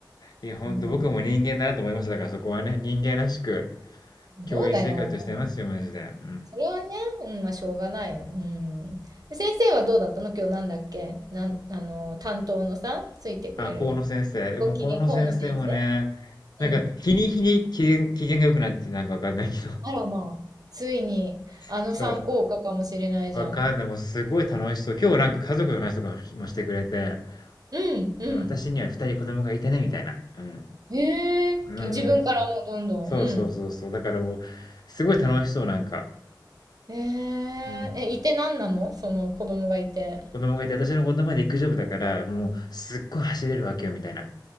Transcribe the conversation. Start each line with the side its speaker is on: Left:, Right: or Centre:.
Left: いや、ほんと僕も人間だなと思いました。
Right: うん。
Left: だからそこはね、人間らしく
Right: どうだよ、
Left: 教員生活してますよ、
Right: もう。
Left: マジで。うん。
Right: それはね、うん、まあしょうがないよ。うん。で先生はどうだったの今日なんだっけなん、あの、担当のさ、ついてくれる、
Left: あ、河野先生。でも河野先生もね、
Right: ご機嫌、河野先生
Left: なんか日に日に機嫌、
Right: うん。
Left: 機嫌が良くなってなんかわかんないけど。
Right: あらまあ、ついにあの参考科かもしれないじゃん。
Left: <laughs> そう。わかんない。もうすごい楽しそう。今日なんか家族の話とかもしてくれて、
Right: うん、うん。
Left: もう私には二人子供がいてね、みたいな。うん。
Right: ええ、
Left: うん。
Right: 自分からもうどんどん、
Left: そうそうそうそう。
Right: うん。
Left: だからもう、すごい楽しそう、なんか。
Right: ええ、
Left: うん。
Right: え、いてなんなのその子供がいて。
Left: 子供がいて、私の子供は陸上部だから、もうすっごい走れるわけよ、みたいな。